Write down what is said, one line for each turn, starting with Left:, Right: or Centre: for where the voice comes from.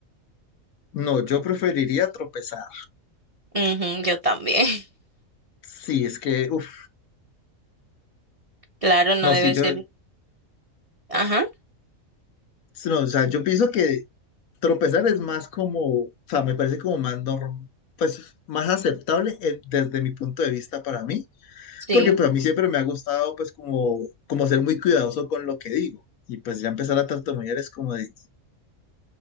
Left: no, yo preferiría tropezar.
Right: Ujú, yo también. <laughs>
Left: Sí, es que, uf,
Right: Claro, no
Left: no,
Right: debe
Left: si yo,
Right: ser. Ajá,
Left: no, o sea, yo pienso que Tropezar es más como, o sea, me parece como más norm- pues más aceptable eh, desde mi punto de vista para mí,
Right: sí.
Left: porque pues a mí siempre me ha gustado pues como, como ser muy cuidadoso con lo que digo. Y pues ya empezar a tartamudear es como de,